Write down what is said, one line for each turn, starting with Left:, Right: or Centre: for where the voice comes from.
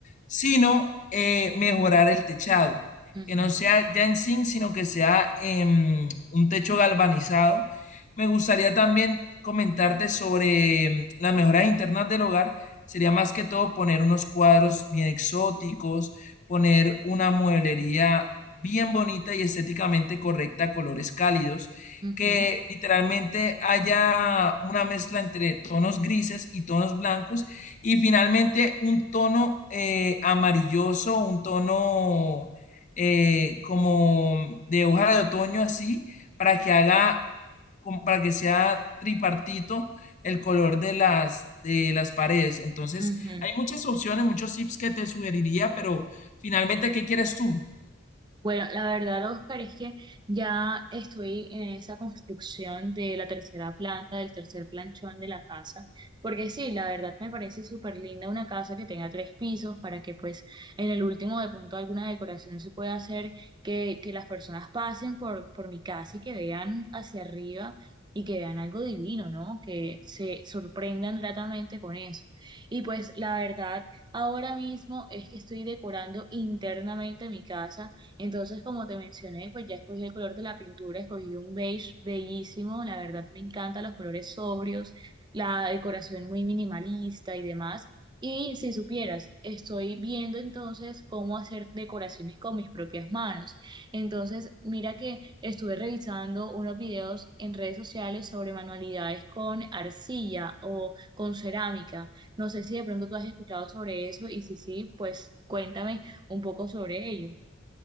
Left: sino eh, mejorar el techado.
Right: ujú,
Left: Que no sea ya en zinc, sino que sea em, un techo galvanizado. Me gustaría también comentarte sobre em, las mejoras internas del hogar. Sería más que todo poner unos cuadros bien exóticos, poner una mueblería bien bonita y estéticamente correcta, colores cálidos
Right: ujú,
Left: que literalmente haya una mezcla entre tonos grises y tonos blancos y finalmente un tono eh, amarilloso, un tono eh, como de hoja de otoño así, para que haga, como para que sea tripartito el color de las, de las paredes. Entonces,
Right: ujú. ujú.
Left: hay muchas opciones, muchos tips que te sugeriría, pero finalmente, ¿qué quieres tú?
Right: Bueno, la verdad, Oscar, es que ya estoy en esa construcción de la tercera planta, del tercer planchón de la casa, porque sí, la verdad me parece súper linda una casa que tenga tres pisos para que pues en el último de pronto alguna decoración se pueda hacer, que, que las personas pasen por, por mi casa y que vean hacia arriba y que vean algo divino, ¿no? Que se sorprendan gratamente con eso. Y pues la verdad, ahora mismo es que estoy decorando internamente mi casa entonces, como te mencioné, pues ya escogí el color de la pintura, escogí un beige bellísimo, la verdad me encantan los colores sobrios, la decoración muy minimalista y demás. Y si supieras, estoy viendo entonces cómo hacer decoraciones con mis propias manos. Entonces, mira que estuve revisando unos videos en redes sociales sobre manualidades con arcilla o con cerámica. No sé si de pronto tú has escuchado sobre eso y si sí, pues cuéntame un poco sobre ello.